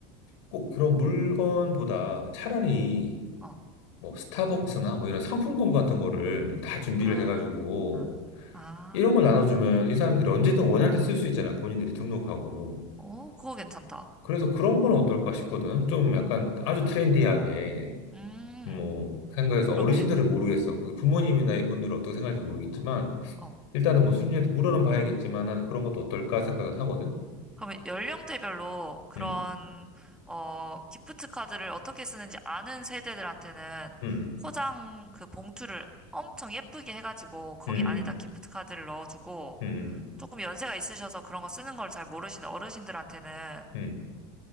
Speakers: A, on the left; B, in the centre.
A: 꼭 그런 물건보다 차라리
B: 어,
A: 뭐 스타벅스나 뭐 이런 상품권 같은 거를 다 준비를
B: 아,
A: 해가지고
B: 아,
A: 이런 걸 나눠주면 이 사람들이 언제든 원할 때 쓸 수 있잖아. 본인들이 등록하고.
B: 어, 그거 괜찮다.
A: 그래서 그런 건 어떨까 싶거든. 좀 약간 아주 트렌디하게,
B: 음,
A: 뭐, 생각해서
B: 그러게.
A: 어르신들은 모르겠어. 거기 부모님이나 이분들은 어떻게 생각할지 모르겠지만,
B: 어.
A: 일단은 뭐 수진이한테 물어는 봐야겠지만, 은 그런 것도 어떨까 생각은 하거든.
B: 그러면 연령대별로 그런,
A: 음,
B: 어, 기프트 카드를 어떻게 쓰는지 아는 세대들한테는
A: 음,
B: 포장 그 봉투를 엄청 예쁘게 해가지고 거기
A: 음,
B: 안에다 기프트 카드를 넣어주고
A: 음, 음.
B: 조금 연세가 있으셔서 그런 거 쓰는 걸 잘 모르시는 어르신들한테는
A: 음.